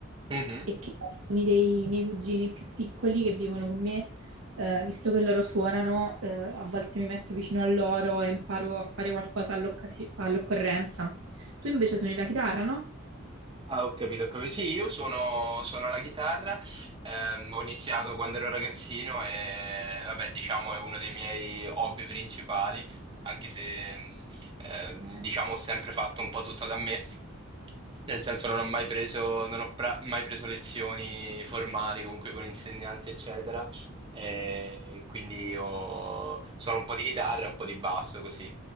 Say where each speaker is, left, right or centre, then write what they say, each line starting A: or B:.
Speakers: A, on the right (about 25°); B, on the right (about 85°).
A: Mhm.
B: e che alcuni dei miei cugini più piccoli che vivono con me, eh, visto che loro suonano, eh, a volte mi metto vicino a loro e imparo a fare qualcosa all'occasi- all'occorrenza. Tu invece suoni la chitarra, no?
A: Ah, ho capito, ho capito. Sì, io suono, suono la chitarra, ehm, ho iniziato quando ero ragazzino e vabbè, diciamo è uno dei miei hobby principali, anche se ehm, diciamo ho sempre fatto un po' tutto da me, nel senso non ho mai preso, non ho pra- mai preso lezioni formali comunque con insegnanti, eccetera, e quindi ho- suono un po' di chitarra e un po' di basso così.